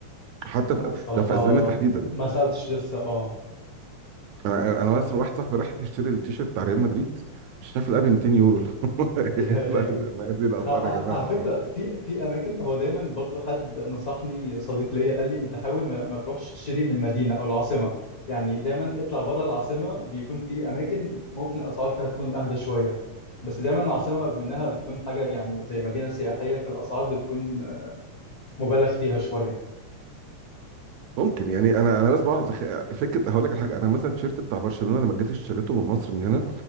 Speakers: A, on the right; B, on the left.
A: حتى
B: انا
A: في
B: الصراحه
A: ده في اسبانيا تحديدا
B: ما سالتش لسه اه
A: انا انا اصلا واحد صاحبي راح يشتري التيشيرت بتاع ريال مدريد شاف الاب 200 يورو <laughs>
B: <laughs>
A: لا
B: غالي
A: لا
B: جدا
A: ما هذه الاسعار
B: اه اه
A: يا جماعه
B: على فكره
A: آه.
B: في في اماكن هو دايما برضو حد نصحني صديق ليا قال لي انت حاول ما, ما تروحش تشتري من المدينه او العاصمه يعني دايما اطلع بره العاصمه بيكون في اماكن ممكن الاسعار فيها تكون اهدى شويه بس دايما العاصمه بما انها بتكون حاجه يعني زي مدينه سياحيه فالاسعار بتكون آه، مبالغ فيها شويه
A: ممكن يعني انا انا بس بعرف أتخ- فكره هقول لك على حاجه انا مثلا التيشيرت بتاع برشلونه لما جيت اشتريته من مصر من هنا